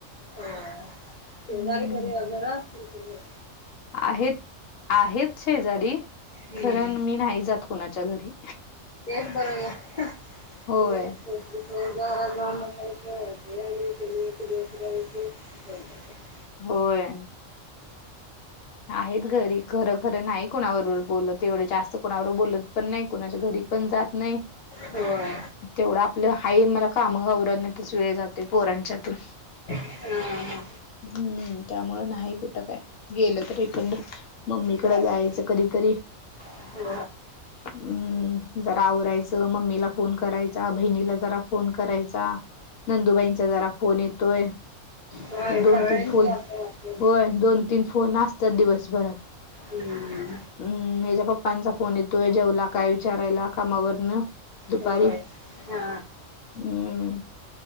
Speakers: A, on the left; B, on the left.
A: हो शेजारी
B: हम्म
A: घरी घर असतील तुझ?
B: आहेत आहेतच शेजारी
A: हम्म
B: कारण मी नाही जात. कणाच्या घरी
A: तेस बरो
B: होय
A: ना हो. बयच आणि त्यांस
B: होय. आहेत घरी खरं खरं नाही कोणावर बोलत एवढे जास्त कोणावर बोलत पण नाही कोुणाच्या घरी पण जात नाही.
A: हो.
B: <inaudible> तेवढं आपलं हाई मला काम गौण्यातच वेळ जाते पोरांच्यातून
A: हा हा
B: हम्म त्यामुं नाही कुठं काय गेलं तर एकण. मम्मीकडे
A: चालेल.
B: जायचं कधीतरी
A: होय
B: हम्म जरा आवरायचं मम्मीला फोन करायचा बहिणीला जरा <inaudible> फोन करायचा नंदुबाईंचा जरा फोन येतोय.
A: होय
B: एक दोन
A: सगळ्यांची
B: तीन फोन
A: असं असते.
B: होय दोन तीन फोन असत. दिवसभरात
A: हम्म.
B: हम् ह्या पप्पांचा फोन येतोय जेवला काय विचारायला कामावरन दुपारी
A: होय हा
B: हम्म